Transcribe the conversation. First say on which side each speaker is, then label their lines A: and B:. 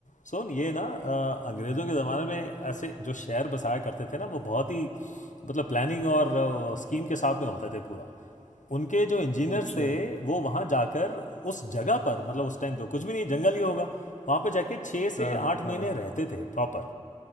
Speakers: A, on the left (about 80°); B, on the left (about 60°).
A: सोन ये ना अ, अंग्रेज़ों के ज़माने में ऐसे जो शहर बसाया करते थे ना वो बहुत ही मतलब प्लानिंग और अ, स्कीम के साथ में होते थे पूरा उनके जो इंजीनियर्स
B: अच्छा
A: थे वो वहाँ जाकर उस जगह पर मतलब उस टाइम तो कुछ भी नहीं जंगल ही होगा वहाँ पर जाके छः से
B: हाँ
A: आठ
B: हाँ
A: महीने रहते थे प्रॉपर